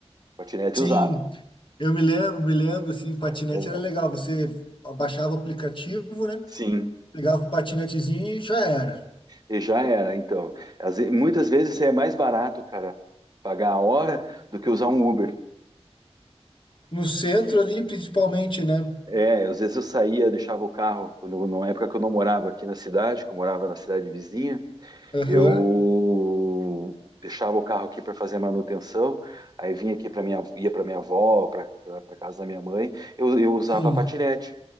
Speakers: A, on the right (about 35°); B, on the left (about 50°).
A: Patinete
B: Sim,
A: eu usava.
B: eu me lembro, me lembro, assim, patinete
A: É,
B: era legal. Você baixava o aplicativo, né?
A: Sim,
B: Pegava o patinetezinho e já era.
A: e já era. Então, Às ve- muitas vezes é mais barato, cara, pagar a hora do que usar um Uber.
B: No centro ali, principalmente, né?
A: É, às vezes eu saía, deixava o carro, quando, na época que eu não morava aqui na cidade, que eu morava na cidade vizinha,
B: Aham.
A: eu deixava o carro aqui para fazer a manutenção, aí vinha aqui para minha, ia para minha avó, para para casa da minha mãe, eu, eu usava
B: Sim.
A: patinete,